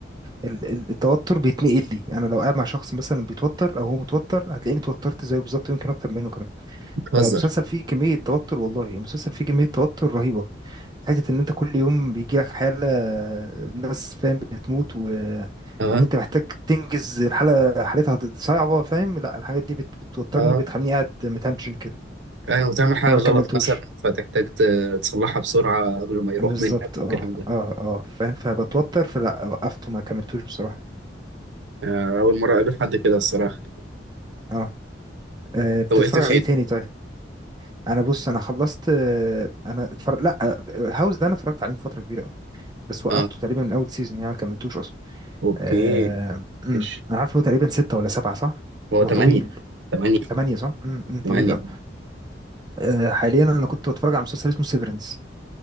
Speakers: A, on the right (about 25°); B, on the right (about 75°).
A: ال... ال- التوتر بيتنقل لي انا لو قاعد مع شخص مثلا بيتوتر او هو متوتر هتلاقيني اتوترت زيه بالظبط يمكن اكتر منه كمان
B: بتهزر
A: فالمسلسل فيه كمية توتر والله المسلسل فيه كمية توتر رهيبة حتة إن أنت كل يوم بيجيلك حالة ناس فاهم بتموت و...
B: اه
A: وإن أنت محتاج تنجز الحالة حالتها صعبة فاهم لا الحاجات دي بت... بتوترني
B: اه
A: وبتخليني قاعد متنشن كده
B: يعني وتعمل حاجة
A: فما
B: غلط
A: كملتوش
B: مثلا فتحتاج ت- تصلحها بسرعة قبل ما يروح
A: بالظبط
B: منك
A: اه
B: والكلام ده
A: اه اه فاهم فبتوتر فلا وقفت وما كملتوش بصراحة
B: آه، أول مرة أقابل حد كده الصراحة
A: اه آه، بتتفرج
B: أنت وقفت فين؟
A: على ايه تاني طيب انا بص انا خلصت آه، انا اتفرج لا آه، هاوس ده انا اتفرجت عليه من فترة كبيرة بس وقفته
B: أه
A: تقريبا من اول سيزون يعني ما كملتوش اصلا
B: أوكي
A: آه، أمم.
B: ماشي
A: انا عارف إن هو تقريبا ستة ولا سبعة صح
B: هو
A: هو
B: تمانية
A: طويل
B: تمانية
A: ثمانية صح أمم، أمم، طويل
B: تمانية
A: أوي آه، حاليا انا كنت بتفرج على مسلسل اسمه سيفرنس